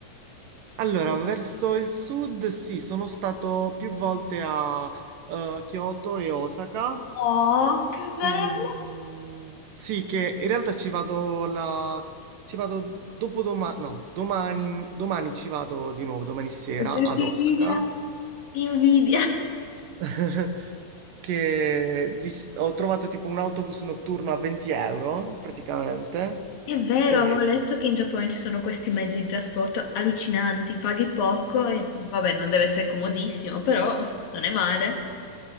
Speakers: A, on the right; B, on the left.
A: Allora, verso il sud, sì, sono stato più volte a eh, Kyoto e Osaka.
B: Oh, che bello!
A: Ehm, sì, che in realtà ci vado la... ci vado dopodomani, no, domani, domani ci vado di nuovo, domani sera
B: E perché
A: ad Osaka.
B: invidia? Invidia!
A: <laughs> che di- ho trovato tipo un autobus notturno a 20 euro praticamente.
B: È vero,
A: E
B: avevo letto che in Giappone ci sono questi mezzi di trasporto allucinanti, paghi poco e vabbè, non deve essere comodissimo, però non è male,